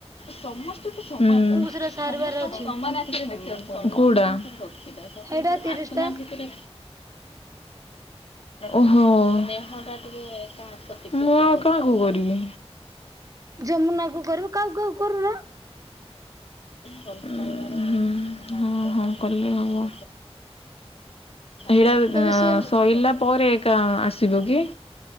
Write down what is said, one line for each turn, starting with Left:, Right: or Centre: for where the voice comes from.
Left: କୋଉଟା
Right: ସେଟା ସାରିବାର ଅଛି
Left: <inaudible> <unintelligible>
Right: ହେଇଟା ତିରିଶ
Left: ଆସୁ
Right: ଟା
Left: ନାହାଁନ୍ତି କେବେ। ଓ ହୋ। ମୁଁ ଆଉ କାହାକୁ କରିବି।
Right: ଯମୁନା କୁ କରିବ କାକୁ କାକୁ କରୁନ।
Left: ଉ ହୁଁ। ହଁ ହଁ କଲେ ହବ। ଢେରା
Right: ଏବେ
Left: ଏଁ
Right: ସିଏ
Left: ସରିଲା ପରେ ଆକା ଆସିବ କି?